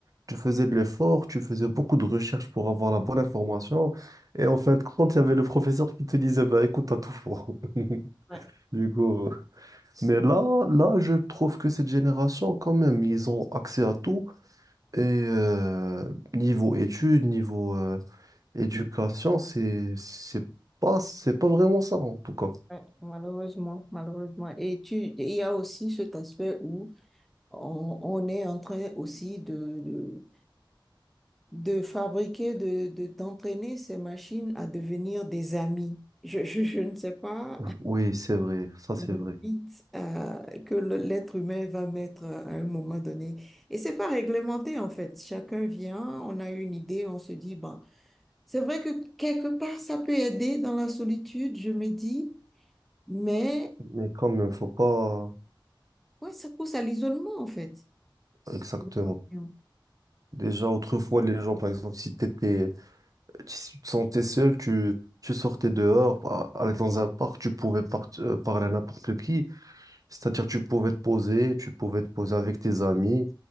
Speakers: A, on the right (about 45°); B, in the centre.
A: Tu faisais de l'effort, tu faisais beaucoup de recherches pour avoir la bonne information. Et en fin de compte, il y avait le professeur qui te disait, bah, écoute, t'as tout faux. <laughs>
B: Ouais.
A: Du coup, mais là, là, je trouve que cette génération, quand même, ils ont accès à tout. Et euh, niveau études, niveau euh, éducation, c'est, c'est pas, c'est pas vraiment ça, en tout cas.
B: Ouais, malheureusement, malheureusement. Et tu, il y a aussi cet aspect où on, on est en train aussi de, de, de fabriquer, de, de- d'entraîner ces machines à devenir des amis. Je, je, je ne sais pas
A: Oui, c'est vrai, ça
B: la
A: c'est vrai.
B: limite euh, que le- l'être humain va mettre à un moment donné. Et c'est pas réglementé en fait. Chacun vient, on a une idée, on se dit, bon, c'est vrai que quelque part ça peut aider dans la solitude, je me dis, mais...
A: Mais quand même, faut pas
B: Oui, ça pousse à l'isolement, en fait.
A: exactement.
B: les pressions.
A: Déjà, autrefois, les gens, par exemple, si t'étais, si tu te sentais seul, tu, tu sortais dehors, à- aller dans un parc, tu pouvais par- euh, parler à n'importe qui. C'est-à-dire tu pouvais te poser, tu pouvais te poser avec tes amis,